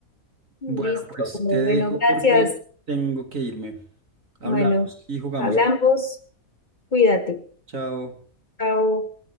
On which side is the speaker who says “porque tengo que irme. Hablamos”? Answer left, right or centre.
Right